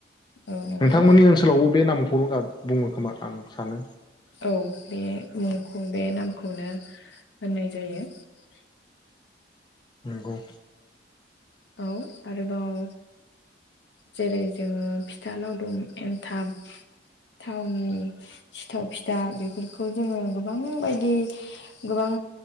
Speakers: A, on the left; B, on the left.
A: औ नंगौ
B: नोंथांमोननि ओनसोलावबो बे नामखौनो गाब बुङो खोमा आं सानो
A: औ बे मुं बे नामखौनो होननाय जायो ।
B: नंगौ
A: औ आरोबाव जेरै जोङो फिथा लावदुम, एन्थाब, थावनि सिथाव, फिथा बेफोरखौ जोङो गोबां बायदि गोबां